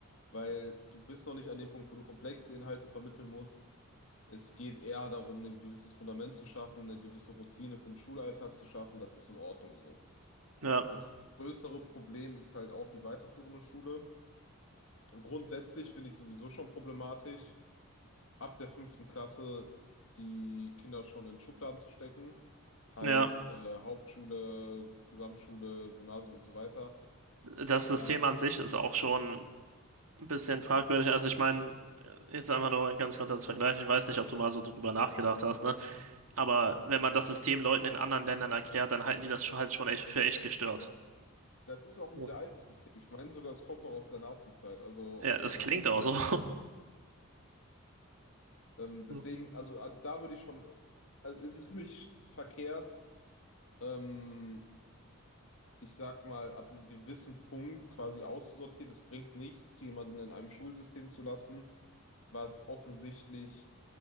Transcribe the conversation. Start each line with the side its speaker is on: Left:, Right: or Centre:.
Left: weil du bist noch nicht an dem Punkt, wo du komplexe Inhalte vermitteln musst. Es geht eher darum, ein gewisses Fundament zu schaffen, eine gewisse Routine für den Schulalltag zu schaffen. Das ist in Ordnung so.
Right: Ja,
Left: Das größere Problem ist halt auch die weiterführende Schule. Und grundsätzlich finde ich sowieso schon problematisch. ab der fünften Klasse die Kinder schon in Schubladen zu stecken, heißt
Right: ja.
Left: äh, Hauptschule, Gesamtschule, Gymnasium und so weiter.
Right: Das System
Left: Da,
Right: an sich ist auch schon ein bisschen fragwürdig. Also ich meine, jetzt einfach nur ganz kurz als Vergleich. Ich weiß nicht, ob du mal so drüber nachgedacht hast, ne? Aber wenn man das System Leuten in anderen Ländern erklärt, dann halten die das schon- halt schon echt für echt gestört.
Left: das ist auch
Right: Ja,
Left: ein sehr altes System. Ich meine sogar, es kommt noch aus der Nazi-Zeit. Also
Right: Ja, das
Left: das
Right: klingt
Left: ist
Right: auch so.
Left: ähm, deswegen,
Right: <laughs>
Left: also äh, da würde ich schon, also, es ist nicht verkehrt, ähm, ich sag mal, ab einem gewissen Punkt quasi auszusortieren. Es bringt nichts, jemanden in einem Schulsystem zu lassen, was offensichtlich